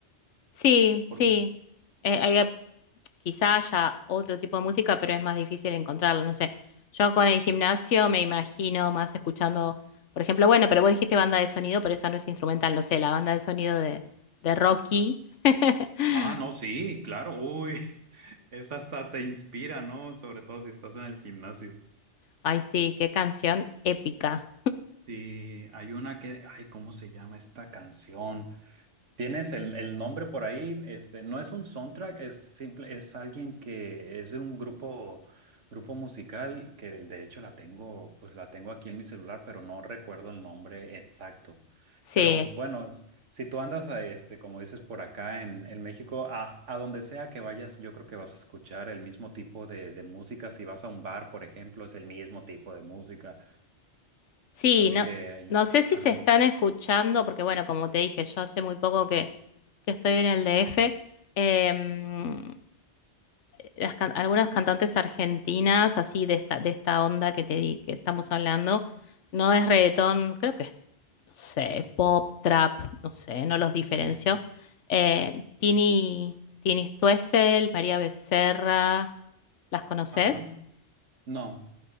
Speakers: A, on the left (about 75°); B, on the right (about 80°).
A: Sí,
B: Por,
A: sí. Eh, hay- quizá haya otro tipo de música, pero es más difícil encontrarlo, no sé. Yo con el gimnasio me imagino más escuchando, por ejemplo, bueno, pero vos dijiste banda de sonido, pero esa no es instrumental, no sé, la banda de sonido de, de Rocky. <laughs>
B: ah, no, sí, claro, uy, <laughs> es hasta te inspira, ¿no? Sobre todo si estás en el gimnasio.
A: Ay, sí, qué canción épica.
B: Sí, hay una que, ay, ¿cómo se llama esta canción? Tienes el, el nombre por ahí, este, no es un soundtrack, es simple, es alguien que es de un grupo, grupo musical que de hecho la tengo, pues la tengo aquí en mi celular, pero no recuerdo el nombre exacto.
A: Sí,
B: Pero bueno, si tú andas a este, como dices, por acá en, en México, a, a donde sea que vayas, yo creo que vas a escuchar el mismo tipo de, de música. Si vas a un bar, por ejemplo, es el mismo tipo de música.
A: Sí,
B: Así
A: no,
B: que ahí,
A: no sé si
B: ajá,
A: se están escuchando, porque bueno, como te dije, yo hace muy poco que, que estoy en el DF. em, las can- algunas cantantes argentinas, así de esta, de esta onda que te di, que estamos hablando, no es reggaetón, creo que es, no sé, pop, trap, no sé, no los diferencio.
B: Sí.
A: Eh, Tini, Tini Stoessel, María Becerra, ¿las conoces?
B: ajá, no.